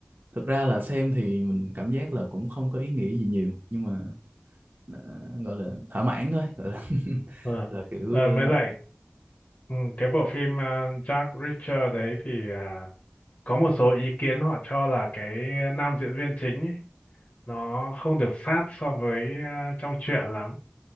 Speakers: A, on the right; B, on the left.
A: thực ra là xem thì mình cảm giác là cũng không có ý nghĩa gì nhiều nhưng mà Nó gọi là thỏa mãn thôi gọi là <laughs>
B: ờ.
A: là kiểu
B: Ờ,
A: ờ,
B: mới lại ừ, cái bộ phim uh, Jack Reacher đấy thì à, có một số ý kiến họ cho là cái nam diễn viên chính ấy, nó không được sát so với à, trong truyện lắm